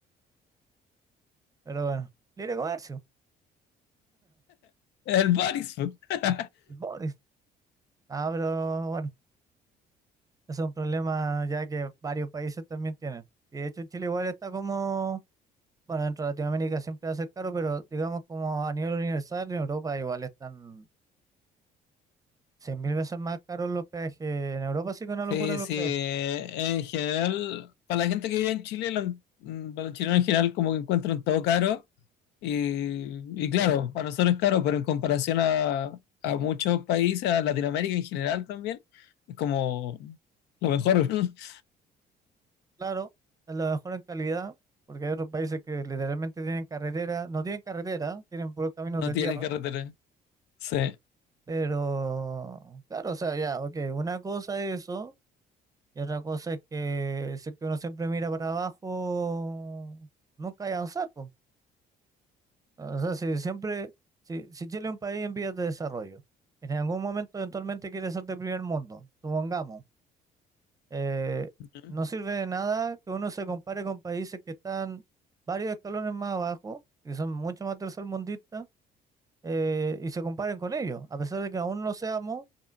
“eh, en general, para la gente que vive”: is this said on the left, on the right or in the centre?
Left